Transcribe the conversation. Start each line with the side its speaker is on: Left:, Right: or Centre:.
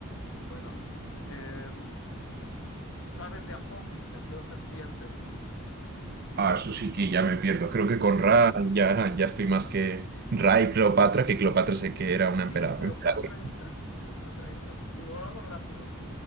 Left: bueno. eh, ¿sabes de Apophis, el dios serpiente?
Right: Ah, eso sí que ya me pierdo. Creo que con Ra ya, ya estoy más que Ra y Cleopatra, que Cleopatra sé que era una empera-
Left: Sí, Cleopatra
Right: emperadora.
Left: entra, Cleopatra entra. Lo hago rápido.